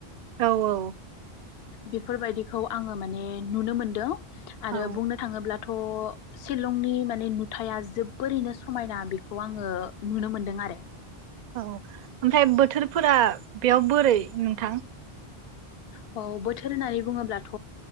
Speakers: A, on the right; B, on the left.
A: औ औ।
B: बेफोरबायदिखौ आङो माने नुनो मोनदों आरो
A: औ
B: बुंनो थोङोब्लाथ' शिलंनि माने नुथाया जोबोरैनो समायना बेखौ आङो नुनो मोनदों आरो ।
A: औ ओमफ्राय बोथोरफोरा बेयाव बोरै नोंथां?
B: औ बोथोर होननानै बुङोब्लाथ'